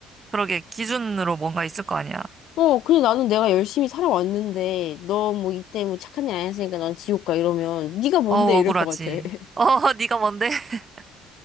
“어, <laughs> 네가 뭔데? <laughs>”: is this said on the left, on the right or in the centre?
Right